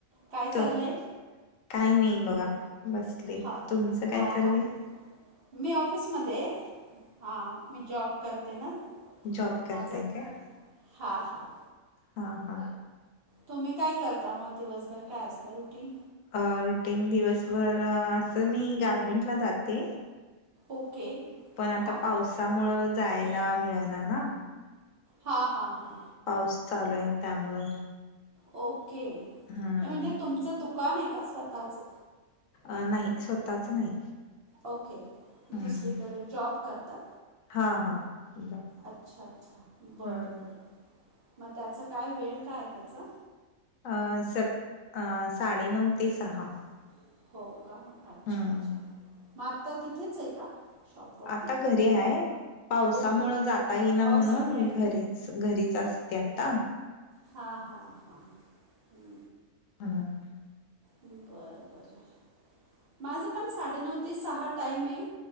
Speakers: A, on the right; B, on the left.
A: काय चाललंय?
B: त काय नाही बघा... बसले.
A: हा ना
B: तुमचं
A: हां
B: काय चाललंय?
A: हां मी ऑफिसमध्ये आहे. हा मी जॉब करते ना.
B: जॉब करताय
A: माझंच
B: काय
A: हा हा.
B: हा हा.
A: तुम्ही काय करता? मग दिवसभर काय असतं रुटीन?
B: अ रुटीन दिवसभर असं मी गारमेंटला जाते.
A: ओके.
B: पण आता
A: हां
B: पावसामुळं जायला मिळणा ना.
A: हा हा हा.
B: पाऊस चालू आहे त्यामुळं.
A: ओके.
B: हम्म
A: हे म्हणजे तुमचं दुकान आहे का स्वतःचं?
B: अ नाही. स्वतःच नाही.
A: ओके
B: हम्म
A: दुसरीकडे जॉब करता?
B: हा हा. ब
A: अच्छा अच्छा बरं
B: हम्म
A: बरं मग त्याचा काय वेळ काय आहे त्याचा?
B: अ सक अ साडेनऊ ते सहा.
A: सहा. हो का? अच्छा
B: हम्म
A: अच्छा. मग आत्ता तिथेच आहे का? शॉपवरती
B: आता घरी आहे. पावसामुळ
A: ओके ओके
B: जाता येईना
A: पावसामुळं
B: म्हणून
A: जाता येत
B: घरीच.
A: नाही. पावसामुळे
B: घरीच असते आता.
A: हां हां हां हुं.
B: अनर्थ.
A: बरं बर. माझा पण साडेनऊ ते सहा टाईम आहे.